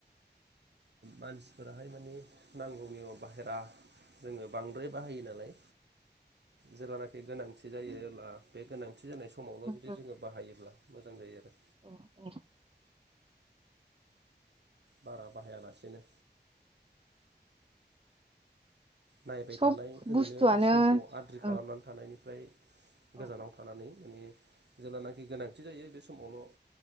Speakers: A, on the right; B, on the right.
A: मानसिफोराहाय माने नांगौनि बाहेरा जोङो बांद्राय बाहायो नालाय जेब्लानाखि गोनांथि गोनांथि जायो अब्ला बे गोनांथि गोनांथि जानाय समावल'
B: उम
A: जुदि जोङो बाहायोब्ला मोजां जायो आरो
B: उम
A: बारा बाहायालासेनो नायबाय
B: सब
A: थानाय
B: बुस्थुआनो
A: ओरैनो समखौ आद्रि
B: ओं
A: खालामनानै थानायनिफ्राय गोजानाव
B: औ
A: थानानै माने जेब्लानाखि गोनांथि जायो बे समावल'